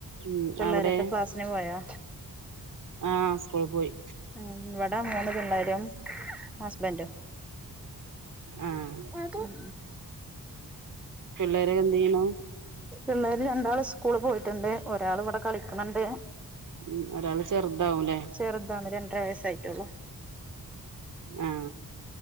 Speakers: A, on the right (about 55°); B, in the centre.
A: ഉം
B: പിള്ളേരൊക്കെ
A: അവിടെ
B: ക്ലാസിന് പോയാ
A: ആഹ് സ്കൂള് പോയി
B: ഉ ഇവിടെ മൂന്ന് പിള്ളേരും ഹസ്ബൻഡും
A: ആഹ്
B: <unintelligible>
A: പിള്ളേരൊക്കെ എന്ത് ചെയ്യണു
B: പിള്ളേര് രണ്ടാള് സ്കൂള് പോയിട്ടുണ്ട് ഒരാൾ ഇവിടെ കളിക്കുന്നുണ്ട്
A: ഉ ഒരാള് ചെറുതാ ആവുലെ
B: ചെറുതാണ് രണ്ടര വയസ്സായിട്ടുള്ളൂ
A: ആ